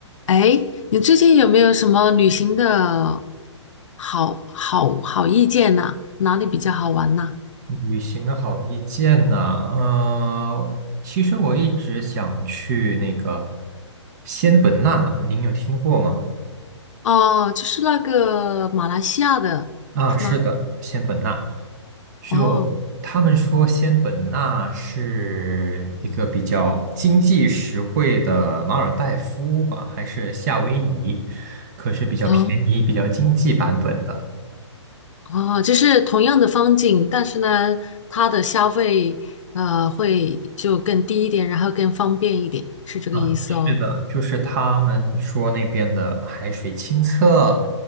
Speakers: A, on the left; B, on the right.
A: 哎，你最近有没有什么旅行的好好好意见呐？哪里比较好玩呐？
B: 旅行的好意见呢？呃，其实我一直想去那个仙本那，您有听过吗？
A: 哦，就是那个马来西亚的，
B: 啊，
A: 是吗？
B: 是的，仙本那，就他们说仙本那是一个比较经济实惠的马尔代夫吧，
A: 哦
B: 还是夏威夷？可是比较便宜、
A: 哦
B: 比较经济版本的。
A: 哦，就是同样的风景，但是呢，它的消费呃会就更低一点，然后更方便一点，是这个意思哦。
B: 啊，是的，就是他们说那边的海水清澈，